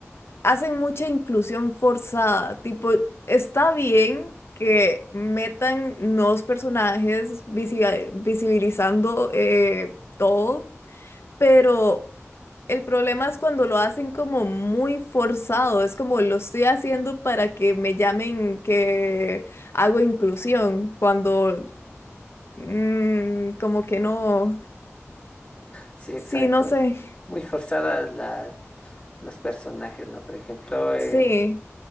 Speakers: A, on the left; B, on the left.
A: hacen mucha inclusión forzada. Tipo, está bien que metan nuevos personajes visi- visibilizando eh, todo, pero... El problema es cuando lo hacen como muy forzado, es como lo estoy haciendo para que me llamen que hago inclusión, cuando mm, como que no,
B: Sí, exacto.
A: sí, no sé,
B: Muy forzadas las los personajes, ¿no? Por ejemplo, en-
A: sí,